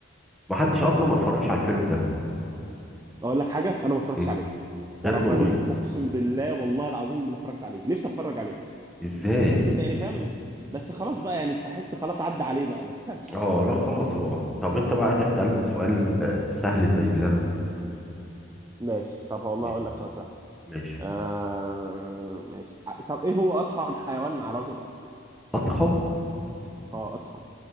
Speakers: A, in the centre; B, on the right.
A: ما حدش
B: آم،
A: اصلا ما اتفرجش على الفيلم ده
B: اقول لك حاجه انا ما اتفرجتش
A: مم.
B: عليه
A: بجد
B: تعرف بقى
A: والله
B: دي اقسم بالله والله العظيم ما اتفرجت عليه نفسي اتفرج عليه
A: ازاي
B: بس يعني فاهم بس خلاص بقى يعني تحس خلاص عدى عليه بقى ما تفهمش
A: اه لا خلاص هو طب انت بقى عايزك تسألني سؤال سهل زي اللي انا بقوله لك
B: ماشي طب والله
A: ما-
B: هقول لك سؤال سهل
A: ماشي
B: آه... ماشي ع- طب ايه هو اضخم حيوان على وجه الارض
A: اضخم
B: اه اضخم